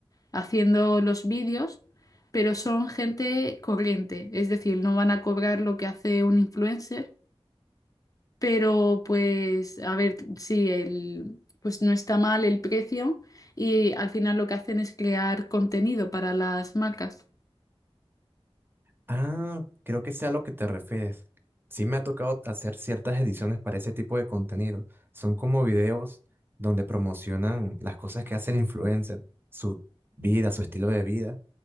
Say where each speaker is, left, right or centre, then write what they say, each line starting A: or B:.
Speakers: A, on the left (about 35°); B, on the right (about 20°).
A: haciendo los vídeos, pero son gente corriente, es decir, no van a cobrar lo que hace un influencer, pero pues a ver, sí, el, pues no está mal el precio y al final lo que hacen es crear contenido para las marcas.
B: Ah, creo que sea a lo que te refieres. Sí me ha tocado hacer ciertas ediciones para ese tipo de contenido. Son como videos donde promocionan las cosas que hace el influencer, su vida, su estilo de vida,